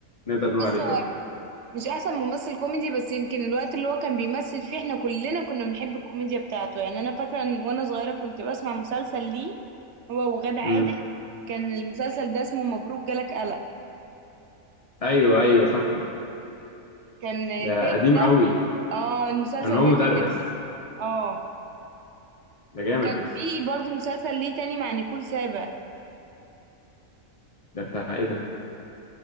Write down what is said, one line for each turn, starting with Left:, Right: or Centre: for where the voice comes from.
Left: نقدر
Right: بص
Left: نقول عليه
Right: هو
Left: كده
Right: مش احسن ممثل كوميدي بس يمكن الوقت اللي هو كان بيمثل فيه احنا كلنا كنا بنحب الكوميديا بتاعته يعني انا فاكرة ان وانا صغيرة كنت بسمع مسلسل ليه هو وغادة عادل
Left: امم
Right: كان المسلسل ده اسمه مبروك جالك قلق
Left: ايوه ايوه فاكره
Right: كان الفيلم
Left: ده قديم قوي
Right: اه المسلسل
Left: كان هو
Right: ده
Left: مدرس
Right: كان اه
Left: ده جامد
Right: وكان
Left: ده
Right: في برضو مسلسل ليه تاني مع نيكول سابا
Left: ده بتاع ايه ده